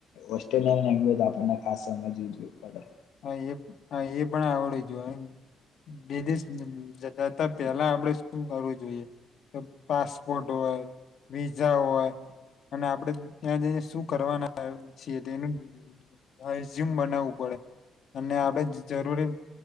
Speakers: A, on the left (about 85°); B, on the left (about 65°).
A: ઓસ્ટ્રેલિયન લેંગ્વેજ આપને ખાસ સમજવી જોવી પડે.
B: હ એ એ પણ આવડવી જોઈએ બે દેશ જતા પહેલા આપણેે શું કરવું જોઈએ, પાસપોર્ટ હોય વિઝા હોય અને આપણેે ત્યાં જને શું કરવાના છીએ તેનુંઝ્યુમ બનાવવું પડે. અને આપડે જરૂરી